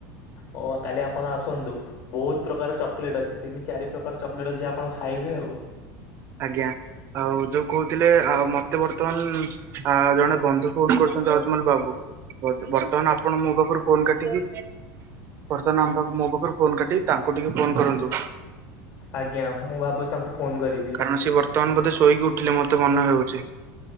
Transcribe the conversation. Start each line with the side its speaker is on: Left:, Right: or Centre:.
Left: ହଉ କାଲି ଆପଣ ଆସନ୍ତୁ। ବହୁତ ପ୍ରକାର ଚକଲେଟ୍ ଅଛି ତିନି ଚାରି ପ୍ରକାର ଚକଲେଟ ଅଛି ଆପଣ ଖାଇବେ ଆଉ।
Right: ଆଜ୍ଞା ଆଉ ଯୋଉ କହୁଥିଲେ ଆ ମତେ ବର୍ତ୍ତମାନ ଆ ଜଣେ ବନ୍ଧୁ ଫୋନ କର ଜର୍ଜମାନ ବାବୁ ବତ ବର୍ତ୍ତମାନ ଆପଣ ମୋ ପାଖରୁ ଫୋନ କାଟିକି ବର୍ତ୍ତମାନ ଆମ ପାଖ ମୋ ପାଖରୁ ଫୋନ କାଟିକି ତାଙ୍କଟିକି ଫୋନ କରନ୍ତୁ।
Left: ଆଜ୍ଞା ମୁଁ ଭାବୁଛି ତାଙ୍କୁ ଫୋନ୍ କରିବି।
Right: ଆ ସିଏ ବର୍ତ୍ତମାନ ବୋଧେ ଶୋଇକି ଉଠିଲେ ମତେ ମନେ ହେଉଛି।